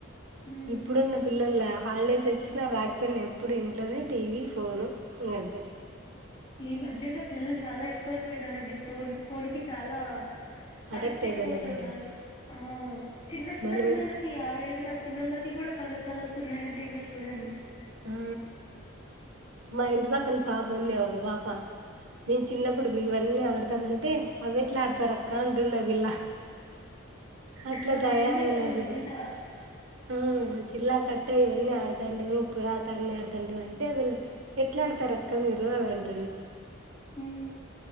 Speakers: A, on the left; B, on the right.
A: హ్మ్
B: ఇప్పుడున్న పిల్లోల్లా హాలిడేస్ వచ్చినా రాకపోయినా ఎప్పుడు ఇంట్లోనే టీవీ ఫోను ఇంగంతే
A: ఈ మధ్యన పిల్లలు చాలా ఎక్కువైపోయినారండి ఫోన్ ఫోన్ కి చాలా
B: అడక్ట్
A: అడిక్ట్
B: అయిపోయినారు
A: అయిపోతున్నారు ఆ చిన్న చిన్న
B: మనము
A: పిల్లలకి ఆరెండ్లప్ పిల్లోలకి కూడా కళ్లెద్దాలు వస్తున్నాయింటే ఇంగా చూడండి
B: ఉ మా ఇంటి పక్కన పాప ఉంది ఒక పాప మేం చిన్నప్పుడు
A: హ్మ్
B: బివన్నీ ఆడతామం టే అవేట్లాడతారక్క అంట్ టుంది ఆ పిల్ల అట్లా
A: వాళ్ళందరికీ
B: తయారయినారు
A: అవి
B: ఇప్పుడు
A: వింత
B: హ్మ్ చిల్లాకట్టే యివన్నీ ఆడతాండిము ఇప్పుడు ఆటాన్ని ఆడతాండిం అంటే వీళ్ ఎట్లా ఆడతారు అక్క మీరు అంటుండు
A: హ్మ్